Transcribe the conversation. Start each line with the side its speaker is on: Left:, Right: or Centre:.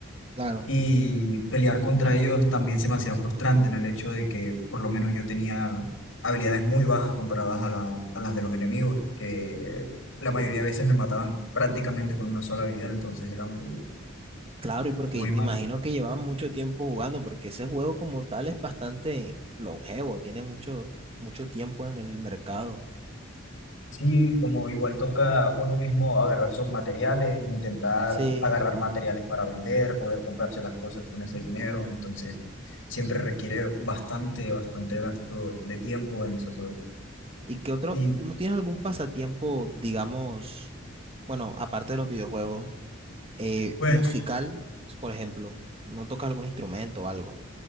Right: claro,
Left: Y pelear contra ellos también se me hacía frustrante en el hecho de que por lo menos yo tenía habilidades muy bajas comparadas a, la- a las de los enemigos, que la mayoría de veces me mataban prácticamente con una sola habilidad, entonces era muy,
Right: claro, y porque
Left: muy
Right: me
Left: malo.
Right: imagino que llevaban mucho tiempo jugando, porque ese juego como tal es bastante longevo, tiene mucho, mucho tiempo en el mercado.
Left: Sí, como igual toca uno mismo agarrar sus materiales, intentar
Right: Sí.
Left: agarrar materiales para vender, poder comprarse las cosas con ese dinero, entonces siempre requiere bastante, bastante gasto de tiempo en ese juego.
Right: ¿Y qué otro?
Left: Y
Right: ¿No tienes algún pasatiempo, digamos, bueno, aparte de los videojuegos, eh,
Left: pues
Right: musical, por ejemplo? ¿No tocas algún instrumento o algo?